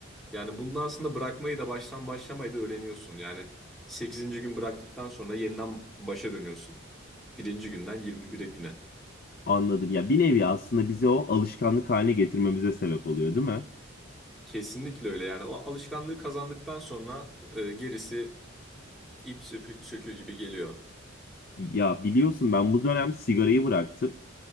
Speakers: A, in the centre; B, on the left.
A: Yani bunu aslında bırakmayı da baştan başlamayı da öğreniyorsun. Yani sekizinci gün bıraktıktan sonra yeniden başa dönüyorsun. Birinci günden 21'e güne.
B: Anladım. Ya bir nevi aslında bize o alışkanlık haline getirmemize sebep oluyor, değil mi?
A: Kesinlikle öyle yani o alışkanlığı kazandıktan sonra e, gerisi İp söpü- söküğü gibi geliyor.
B: Ya biliyorsun ben bu dönem sigarayı bıraktım.